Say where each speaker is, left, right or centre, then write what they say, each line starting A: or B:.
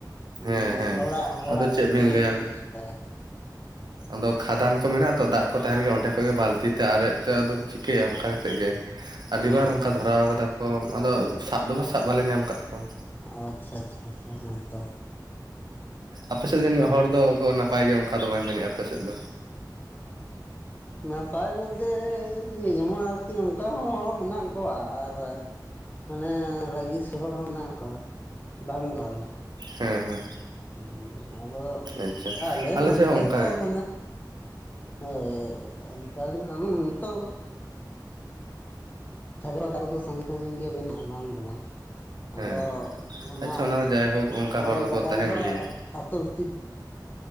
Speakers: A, on the right; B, on the left.
A: ᱦᱮᱸ
B: ᱢᱟᱱᱮ
A: ᱦᱮᱸ
B: ᱦᱚᱲᱟᱜ ᱦᱚᱲᱟᱜ
A: ᱟᱫᱚ ᱪᱮᱫ
B: ᱠᱷᱚᱛᱤ
A: ᱵᱤᱱ
B: ᱫᱷᱟᱹᱵᱤᱡ
A: ᱞᱟᱹᱭᱟ
B: ᱯᱮ ᱪᱮᱥᱴᱟᱭᱟ᱾
A: ᱟᱫᱚ ᱠᱷᱟᱫᱟᱱ ᱠᱚ ᱢᱮᱱᱟᱜ ᱟ ᱛᱚ ᱫᱟᱜ ᱠᱚ ᱛᱟᱦᱮᱱ ᱜᱮᱭᱟ ᱚᱸᱰᱮ ᱠᱷᱚᱡ ᱜᱮ ᱵᱟᱞᱛᱤ ᱛᱮ ᱟᱨᱮᱡ ᱛᱮ ᱟᱫᱚᱢ ᱪᱤᱠᱟᱹᱭᱟ ᱚᱱᱠᱟ ᱠᱟᱛᱮᱫ ᱜᱮ ᱟᱹᱰᱤᱵᱟᱨ
B: ᱦᱚᱸ
A: ᱚᱱᱠᱟ ᱫᱷᱚᱨᱟᱣ ᱠᱟᱫᱟ ᱠᱚ ᱟᱫᱚ ᱥᱟᱵ ᱫᱚ ᱥᱟᱵ ᱵᱟᱞᱮ ᱧᱟᱢ ᱠᱟᱜ ᱠᱚᱣᱟ᱾
B: ᱟᱪᱪᱷᱟ ᱟᱪᱪᱷᱟ ᱟᱪᱪᱷᱟ ᱦᱮᱸ ᱛᱚ᱾
A: ᱟᱯᱮᱥᱮᱜ ᱡᱟᱹᱱᱤᱡ ᱦᱚᱲ ᱫᱚᱠᱚ ᱱᱟᱯᱟᱭ ᱜᱮᱭᱟ ᱚᱱᱠᱟ ᱫᱚ ᱵᱟᱝ ᱡᱟᱹᱱᱤᱡᱼᱟ ᱟᱯᱮᱥᱮᱫ ᱫᱚ᱾
B: ᱱᱟᱯᱟᱭ ᱵᱳᱞᱛᱮ ᱤᱧ ᱢᱟ ᱟᱨᱠᱤ ᱚᱝᱠᱟ ᱦᱚᱸ ᱦᱚᱲ ᱢᱮᱱᱟᱜ ᱠᱚᱣᱟ ᱟᱨ ᱢᱟᱱᱮ ᱨᱟᱹᱜᱤ ᱥᱚᱦ ᱦᱚᱲ ᱦᱚᱸ ᱢᱮᱱᱟᱜ ᱠᱚᱣᱟ ᱵᱟᱝ ᱵᱟᱝ᱾
A: ᱦᱮᱸ ᱦᱮᱸ
B: ᱦᱩᱸ ᱟᱫᱚ
A: ᱟᱪᱪᱷᱟ
B: ᱟᱞᱮ ᱱᱚᱸᱰᱮ
A: ᱥᱮᱫ ᱦᱚᱸ ᱚᱱᱠᱟ
B: ᱫᱚ
A: ᱜᱮ
B: ᱢᱟᱱᱮ ᱦᱳᱭ ᱚᱱᱠᱟ <unintelligible> <unintelligible> ᱠᱚᱫᱚ ᱥᱟᱺᱜᱤᱧ ᱥᱟᱺᱜᱤᱧ ᱜᱮ ᱢᱮᱱᱟᱜᱼᱟ ᱵᱟᱝ ᱫᱚ ᱵᱟᱝ᱾
A: ᱦᱮᱸ
B: ᱟᱫᱚ ᱚᱱᱟ
A: ᱟᱪᱪᱷᱟ ᱫᱚ ᱡᱟᱭᱦᱳᱠ ᱚᱱᱠᱟ
B: ᱟᱞᱮᱭᱟᱜ
A: ᱦᱚᱲ ᱫᱚᱠᱚ
B: ᱵᱟᱜᱟᱱ
A: ᱛᱟᱦᱮᱱ
B: ᱫᱚ
A: ᱜᱮᱭᱟ
B: ᱟᱹᱛᱩ ᱵᱷᱤᱛᱤᱨ